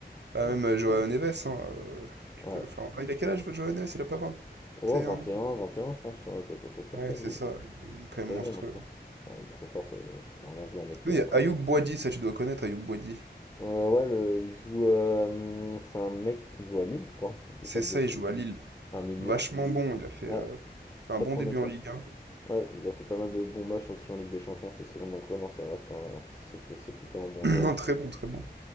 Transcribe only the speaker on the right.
Bah,
même, heu, Ouais. Joao Neves, hein, heu, tu
peux le
faire en Ah, il a quel âge, Joao Neves? Il a pas 21
ans?
Ouais,
c'est ça, il il est quand
même monstrueux,
hein.
Oui,
il y a Ayoub Boadi, ça tu dois connaître Ayoub Boadi.
C'est
ça,
il joue à Lille.
Vachement bon, il a fait,
heu, fait
un bon
début en Ligue un
<clears throat> Non,
très bon, très bon.